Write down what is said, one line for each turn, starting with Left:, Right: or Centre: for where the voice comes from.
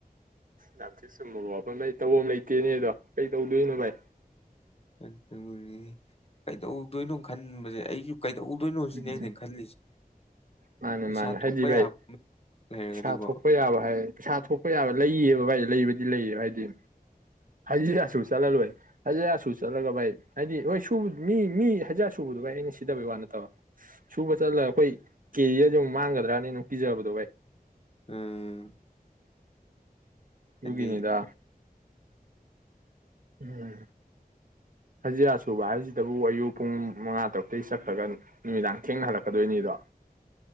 Right: ꯌꯥꯝ ꯊꯤ ꯆꯨꯝꯕ ꯋꯥꯐꯝꯗ ꯑꯩ ꯇꯧꯐꯝ ꯑꯃ ꯂꯩꯇꯦꯅꯦ ꯑꯗꯣ ꯀꯩ ꯇꯧꯗꯣꯏꯅꯣ ꯚꯥꯏ
Left: ꯑꯗꯨꯗꯤ ꯀꯩꯗꯧꯗꯣꯏꯅꯣ ꯈꯟꯕꯁꯦ ꯑꯩꯁꯨ ꯀꯩꯗꯧꯗꯣꯏꯅꯣ
Right: ꯎꯝ
Left: ꯁꯤꯅꯦ ꯑꯩꯅ ꯈꯜꯂꯤꯁꯦ
Right: ꯃꯥꯅꯦ
Left: ꯄꯩꯁꯥ
Right: ꯃꯥꯅꯦ
Left: ꯊꯣꯛꯄ
Right: ꯍꯥꯏꯗꯤ ꯚꯥꯏ
Left: ꯌꯥꯕ ꯂꯩꯔꯒꯗꯤꯀꯣ
Right: ꯄꯩꯁꯥ ꯊꯣꯛꯄ ꯌꯥꯕ ꯍꯥꯏ ꯄꯩꯁꯥ ꯊꯣꯛꯄ ꯌꯥꯕ ꯂꯩꯕ ꯚꯥꯏ ꯂꯩꯕꯗꯤ ꯂꯩꯌꯦ ꯍꯥꯏꯗꯤ ꯍꯖꯤꯔꯥꯁꯨ ꯆꯠꯂ ꯂꯣꯏ ꯍꯖꯤꯔꯥꯁꯨ ꯆꯠꯂꯒ ꯚꯥꯏ ꯍꯥꯏꯗꯤ ꯍꯣꯏ ꯁꯕ ꯃꯤ ꯃꯤ ꯍꯖꯥꯠ ꯁꯨꯕꯗꯨ ꯑꯩꯅ ꯁꯤꯗꯕꯩ ꯋꯥ ꯅꯠꯇꯕ ꯁꯨꯕ ꯆꯠꯂꯒ ꯑꯩꯈꯣꯏ ꯀꯦꯖꯤꯁ ꯑꯃꯨꯛ ꯃꯥꯡꯒꯗ꯭ꯔꯅꯤ ꯅꯨꯡ ꯄꯤꯖꯕꯗꯣꯚꯩ
Left: ꯎꯝ
Right: ꯑꯗꯨꯒꯤꯅꯤꯗꯥ
Left: ꯍꯥꯏꯗꯤ
Right: ꯎꯝ ꯐꯖꯤꯔꯥꯁꯨꯕ ꯍꯥꯏꯁꯤꯗꯕꯨ ꯑꯌꯨꯛ ꯄꯨꯡ ꯃꯉꯥ ꯇꯔꯨꯛꯇꯒꯤ ꯆꯠꯈ꯭ꯔꯒ ꯅꯨꯃꯤꯗꯥꯡ ꯊꯦꯡꯅꯍꯜꯂꯛꯀꯗꯣꯏꯅꯤꯗꯣ